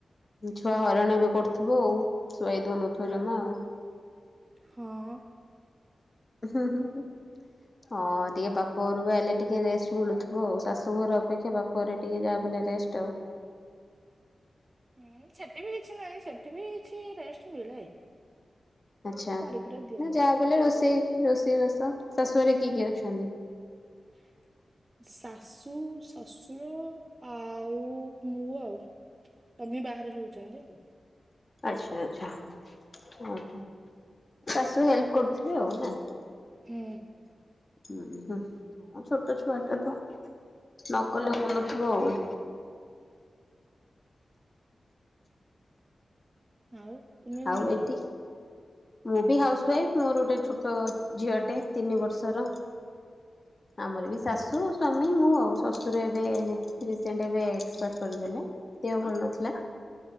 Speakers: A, on the left; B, on the right.
A: ଛୁଆ ହଇରାଣ ଏବେ କରୁଥିବଉ, ଶୁଆଇ ଦଉନଥିବ ଜମା ଆଉ।
B: ହଁ
A: ହୁଁ ହୁଁ ହୁଁ, ହଁ ଟିକେ ବାପ ଘରକୁ ଆଇଲେ ଟିକେ ରେଷ୍ଟ ମିଳୁଥି ହଉ, ଶାଶୁ ଘର ଅପେକ୍ଷା ବାପ ଘରେ ଟିକେ ଯାହା ବି ହେଲେ ରେଷ୍ଟ ଆଉ।
B: ହୁଁ, ସେଠି ବି କିଛି ନାହିଁ, ସେଠି ବି କିଛି ରେଷ୍ଟ ମିଳେ।
A: ଆଛା,
B: କରିକୁରା ଦିଅନ୍ତି।
A: ନା ଯାହା ବି ହେଲେ, ରୋଷେଇ, ରୋଷେଇ ବାସ, ଶାଶୁଘରେ କିଏ କିଏ ଅଛନ୍ତି?
B: <unintelligible> ଶାଶୁ, ଶଶୁର ଆଉ ମୁଁ ଆଉ। ତମେ ବାହାରେ ରହୁଛନ୍ତି ଆଉ।
A: ଆଛା ଆଛା। ଓହୋ, ଶାଶୁ ହେଲ୍ପ କରୁଥିବେ ଆଉ ନା?
B: ହୁଁ।
A: ହୁଁ, ହୁଁ, ହଁ ଛୋଟ ଛୁଆଟା ତ। ନକଲେ ବୁଲୁଥିବ ଆଉ।
B: ଆଉ ତୁମେ କଣ
A: ଆଉ
B: କର?
A: ଏଠି ମୁଁ ବି ହାଉସ ୱାଇଫ, ମୋର ଗୋଟେ ଛୋଟ ଝିଅଟେ, ତିନି ବର୍ଷର। ଆମର ବି ଶାଶୁ, ସ୍ଵାମୀ, ମୁଁ ଆଉ, ଶଶୁର ଏବେ ରିସେଣ୍ଟ ଏବେ ଏକ୍ସପାଟ କରିଗଲେ, ଦେହ ଭଲ ନଥିଲା,